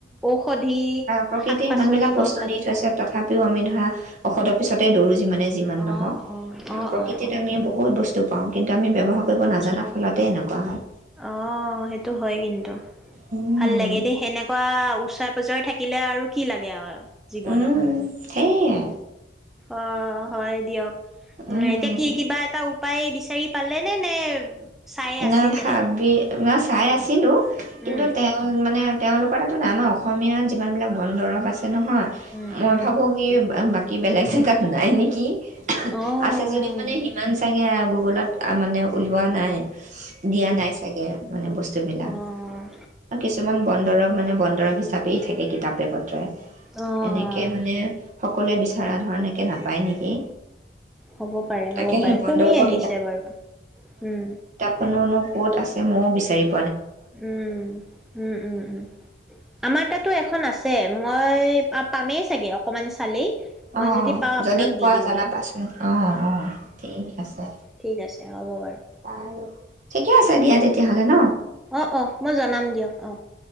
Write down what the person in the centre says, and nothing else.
ঔষধি
শাক পাচলি
হওক বা
কিবা।
অ',
অ', অ', অ',
অ',
বহুত
বস্তু
অ' সেইটো হয় কিন্তু।
ভাল লাগে দেই সেনেকুৱা। ওচৰে পজৰে থাকিলে আৰু কি লাগে আৰু। জীৱনত
অ' হয় দিয়ক উ
এতিয়া কি কিবা এটা পাই বিচাৰি পালে নে নে? চাই
আছিলহে
উম,
উম,
উম,
অ', অ',
অ',
অ',
হ'ব পাৰে
হ'ব
পাৰে
কমি
আহিছে বাৰু, উম
উম উম উম উম আমাৰ তাতো এখন আছে মই অ পামেই চাগে অকমান চালেই মই
যদি পাওঁ আপোনাক
দি
দিম
দিয়ক
ঠিক আছে হ'ব বাৰু
অ অ মই জনাম দিয়ক অ